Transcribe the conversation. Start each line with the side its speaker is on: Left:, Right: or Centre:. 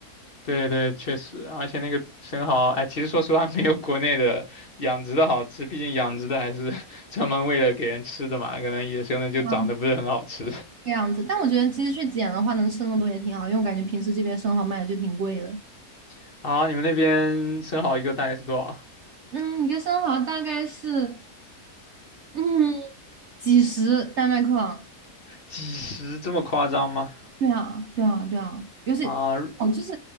Left: 对对，确实，而且那个生蚝，哎，其实说实话，没有国内的养殖的好吃，毕竟养殖的还是 <laughs> 专门为了给人吃的嘛，可能野生的就长得不是很好吃。
Right: 啊，这样子，但我觉得其实去捡的话，能吃那么多也挺好，因为我感觉平时这边生蚝卖的就挺贵的。
Left: <laughs> 啊，你们那边生蚝一个大概是多少？
Right: 嗯，一个生蚝大概是嗯几十丹麦克朗。
Left: 几十这么夸张吗？
Right: 对啊，对啊，对啊，尤其
Left: 啊
Right: 哦，就是